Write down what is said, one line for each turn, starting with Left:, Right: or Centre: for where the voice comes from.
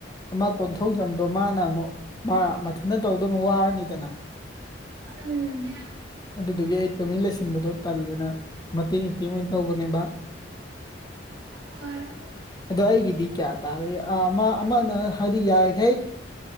Left: ꯑꯃꯥ ꯀꯣꯟꯊꯧꯖꯝꯗꯣ ꯃꯥꯅ ꯑꯃꯨꯛ ꯃꯥ ꯃꯊꯟꯗ ꯇꯧꯗꯨ ꯋꯥꯔꯅꯤꯗꯅ
Right: ꯎꯝ <unintelligible>
Left: ꯑꯗꯨꯗꯨꯒꯤ ꯑꯩ ꯇꯨꯃꯤꯟ ꯂꯩꯁꯤꯟꯕꯗꯣ ꯇꯜꯂꯦꯅ ꯃꯇꯦꯡ ꯏꯇꯦꯡ ꯑꯣꯏꯅ ꯇꯧꯕꯅꯦꯕ
Right: ꯍꯣꯏ
Left: ꯑꯗꯣ ꯑꯩꯒꯤꯗꯤ ꯀꯌꯥ ꯇꯥꯔ ꯑꯃ ꯑꯃꯅ ꯍꯥꯏꯗꯤ ꯌꯥꯔꯤꯈꯩ